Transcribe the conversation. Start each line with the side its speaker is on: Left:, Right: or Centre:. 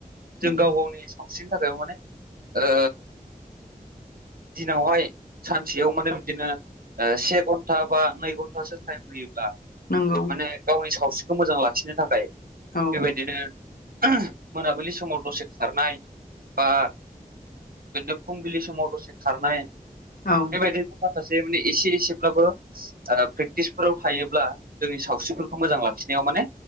Right: जों
Left: नंगौ
Right: गाव गावनि सावस्रिनि थाखाय माने ओ दिनावहाय सानसेयाव माने बिदिनो ओ से घन्टा बा नै घन्टासो टाइम होयोब्ला
Left: नंगौ
Right: माने गावनि सावस्रिखौ मोजां लाखिनो थाखाय
Left: औ
Right: बेबायदिनो मोनाबिलि समाव दसे खारनाय बा बिदनो फुंबिलि समाव दसे खारनाय
Left: औ
Right: बे बायदिनो माखासे माने एसे एसेब्लाबो ओ प्रेक्टिसफोराव थायोब्ला जोंनि सावस्रिफोरखौ मोजां लाखिनायाव माने